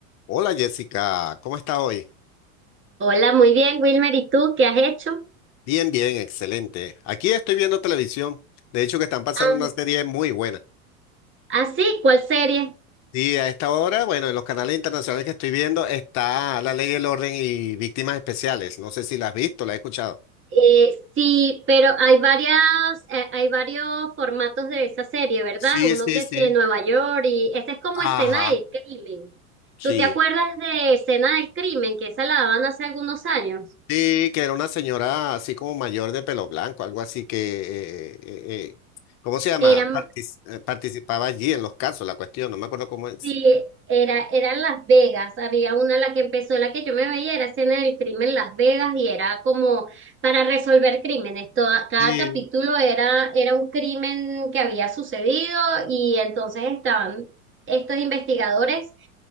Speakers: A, on the left (about 40°); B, on the right (about 25°).
A: Hola Jessica, ¿cómo estás hoy?
B: Hola, muy bien, Wilmer. ¿Y tú qué has hecho?
A: Bien, bien, excelente. Aquí estoy viendo televisión. De hecho, que están pasando
B: Ah,
A: una serie muy buena.
B: ah, sí, ¿cuál serie?
A: Sí, a esta hora, bueno, en los canales internacionales que estoy viendo está La Ley y el Orden y Víctimas Especiales. No sé si la has visto, la has escuchado.
B: Eh, sí, pero hay varias, eh, hay varios formatos de esa serie, ¿verdad?
A: Sí,
B: Uno
A: sí,
B: que
A: sí.
B: sí en Nueva York y esa es como Escena
A: Ajá,
B: del Crimen.
A: sí.
B: ¿Tú te acuerdas de Escena del Crimen, que esa la daban hace algunos años?
A: Sí, que era una señora así como mayor de pelo blanco, algo así que, eh, eh, eh, ¿cómo se llama?
B: Eran,
A: Partic- eh, participaba allí en los casos, la cuestión, no me acuerdo cómo es.
B: Sí, era, eran Las Vegas. Había una la que empezó, la que yo me veía, era Escena del Crimen Las Vegas y era como para resolver crímenes. Toda, cada
A: Sí.
B: capítulo era, era un crimen que había sucedido y entonces estaban estos investigadores